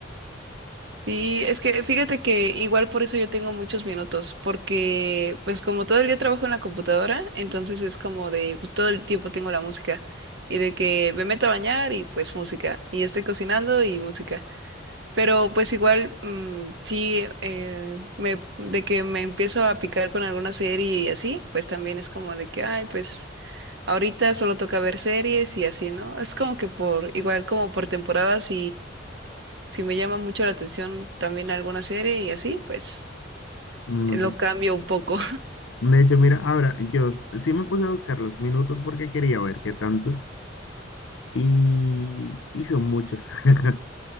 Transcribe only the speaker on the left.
no
De hecho, mira, ahora yo s- sí me puse a buscar los minutos porque quería ver qué tantos y, y son muchos, <laughs>